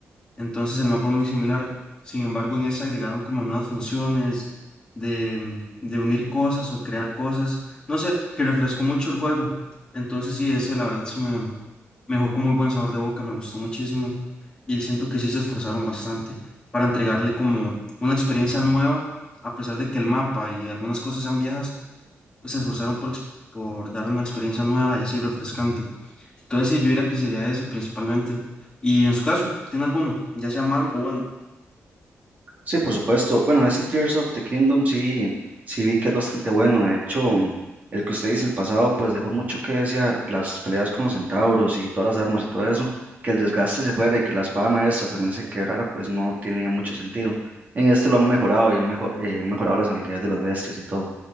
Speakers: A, on the left (about 20°); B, on the right (about 35°).
A: entonces el mapa es muy similar. Sin embargo, en ese agregaron como nuevas funciones de, mm, de unir cosas o crear cosas, no sé, que refrescó mucho el juego. Entonces sí, ese la verdad sí me, me dejó con muy buen sabor de boca, me gustó muchísimo y siento que sí se esforzaron bastante para entregarle como una experiencia nueva, a pesar de que el mapa y algunas cosas sean viejas se esforzaron por, ex- por dar una experiencia nueva y así refrescante. Entonces, sí, yo diría que sería eso principalmente. Y en su caso, ¿tiene alguno? Ya sea malo o bueno.
B: Sí, por supuesto. Bueno, ese Tears of the Kingdom sí, sí vi que es bastante bueno. De hecho, mm, el que usted dice, el pasado, pues dejó mucho que desear. Las peleas con los centauros y todas las armas y todo eso, que el desgaste se fuera y que la espada maestra también se quebrara, pues no tenía mucho sentido. En este lo han mejorado y han, mejo- eh, han mejorado las habilidades de las bestias y todo.